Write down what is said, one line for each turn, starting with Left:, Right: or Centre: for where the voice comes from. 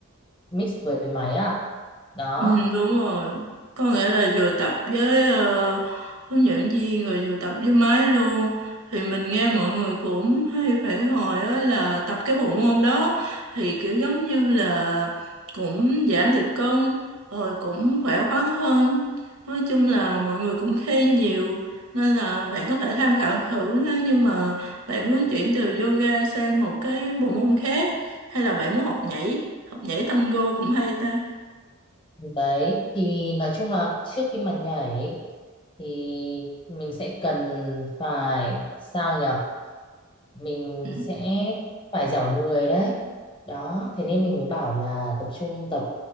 Left: mix với máy à đó
Right: Ừ đúng rồi Có nghĩa là vừa tập với ờ, hướng dẫn viên rồi vừa tập với máy luôn Thì mình nghe mọi người cũng hay phản hồi á là tập cái bộ môn đó Thì kiểu giống như là cũng giảm được cân Rồi cũng khỏe khoắn hơn Nói chung là mọi người cũng khen nhiều Nên là bạn có thể tham khảo thử nếu như mà bạn muốn chuyển từ yoga sang một cái bộ môn khác Hay là bạn muốn học nhảy Học nhảy tango cũng hay ta
Left: đấy thì nói chung là trước khi mà nhảy thì mình sẽ cần phải sao nhở mình
Right: Ừ.
Left: sẽ phải dẻo người đấy đó thế nên mình mới bảo là tập trung tập